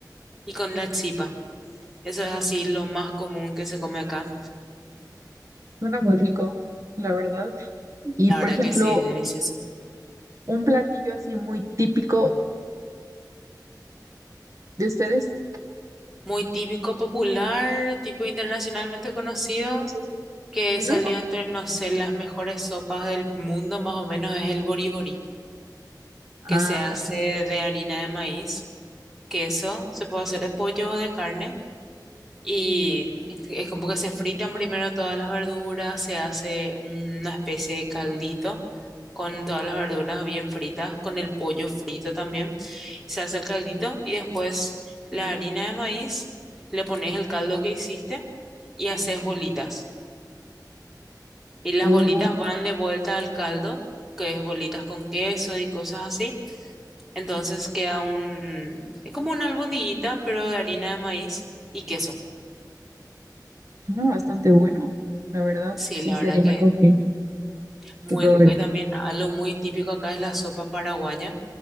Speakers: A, in the centre; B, on the right.
A: y con la chipa. Eso es así lo más común que se come acá.
B: suena muy rico, la verdad. Y
A: La
B: por
A: verdad
B: ejemplo,
A: que sí, es delicioso.
B: un platillo así muy típico de ustedes.
A: Muy típico, popular, tipo internacionalmente conocido,
B: Sí.
A: que
B: ¿No?
A: salió entre, no sé, las mejores sopas del mundo, más o menos, es el boribori
B: Ah,
A: que se hace de harina de maíz, queso, se puede hacer de pollo o de carne Y es es como que se fritan primero todas las verduras, se hace una especie de caldito con todas las verduras bien fritas, con el pollo frito también. Se hace el caldito y después la harina de maíz, le pones el caldo que hiciste y haces bolitas. Y las
B: oh.
A: bolitas van de vuelta al caldo, que es bolitas con queso y cosas así. Entonces queda un, es como una albondiguita, pero de harina de maíz y queso.
B: No, bastante bueno, la verdad,
A: Sí,
B: sí
A: la
B: sería
A: verdad que
B: algo que,
A: Muy
B: que probaría.
A: rico. Y también algo muy típico acá es la sopa paraguaya.